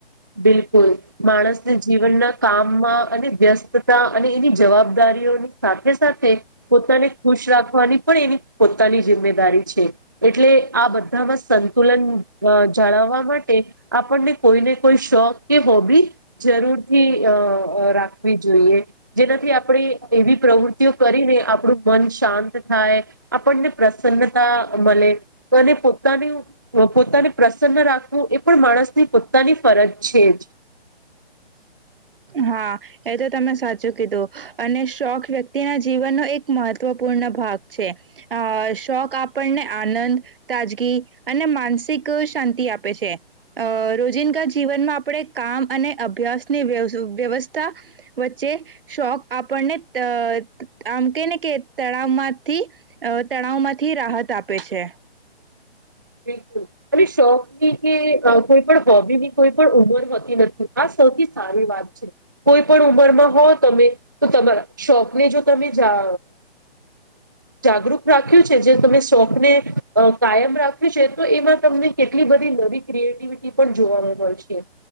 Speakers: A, on the right; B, on the right.
A: બિલકુલ, માણસને જીવનના કામમાં, અને વ્યસ્તતા, અને એની જવાબદારીઓની સાથે સાથે પોતાને ખુશ રાખવાની પણ એની પોતાની જિમ્મેદારી છે. એટલે આ બધામાં સંતુલન જાળવવા માટે, આપણને કોઈને કોઈ શોખ કે હોબી જરૂરથી રાખવી જોઈએ, જેનાથી આપણે એવી પ્રવૃત્તિઓ કરીને આપણું મન શાંત થાય, આપણને પ્રસન્નતા મળે અને પોતાનું પોતાને પ્રસન્ન રાખવું, એ પણ માણસની પોતાની ફરજ છેજ
B: હા, એ તો તમે સાચું કીધું અને, શોખ વ્યક્તિના જીવનનો એક મહત્વપૂર્ણ ભાગ છે, અ શોખ આપણને આનંદ તાજગી અને માનસિક શાંતિ આપે છે, અ રોજિંદગા જીવનમાં આપણે કામ અને, અભ્યાસની વ્યવસ્થા વચ્ચે શોખ આપણને અ આમ કે ને કે, તણાવમાંથી તણાવમાંથી રાહત આપે છે.
A: બિલકુલ, અને શોખ ની કે કોઈ પણ હોબી ની કોઈ પણ ઉમર હોતી નથી, આ સૌથી સ વાત છે, કોઈ પણ ઉંમરમાં હો તમે તો તમારા શોપને જો તમે જા જાગૃત રાખ્યું છે, જે તમે શોખને કાયમ રાખ તો એમાં તમને કેટલી બધી નવી ક્રિએટિવિટી પણ જોવાવામાં મળશે